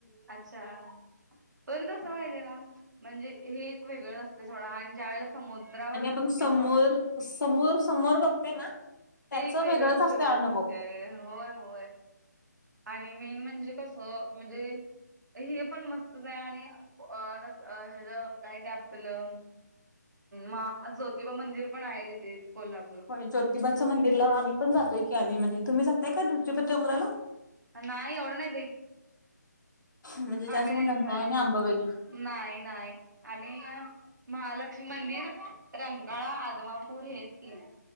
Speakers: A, on the right; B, on the left.
A: अच्छा. पण कसं माहितीय का, म्हणजे हे एक वेगळं असत सोडा आणि ज्या वेळेला समुद्रावर
B: आणि
A: जातो
B: आपण
A: किंवा
B: समोर समोर समोर बघते ना त्याच
A: ते एक
B: वेगळंच
A: वेगळं सुख
B: असते अनुभव
A: असतंय, होय होय. आणि मेन म्हणजे कसं म्हणजे हे पण मस्तच आहे आणि अ आता अ हेजं काय ते आपलं म ज्योतिबा मंदिर पण आहे तिथेच कोल्हा
B: होय ज्योतिबाचं मंदिरला आम्ही पण जातोय की आधीमधी. तुम्ही जाताय काय जोतिबाच्या डोंगराला?
A: नाही एवढं नाही जाईत.
B: म्हणजे जास्त
A: आम्ही
B: करून
A: नाही
B: रंकाळा
A: जाय
B: आणि अंबाबाई
A: नाही नाही. आम्ही महालक्ष्मी मंदिर, रंकाळा, आदमापूर हेच केलं.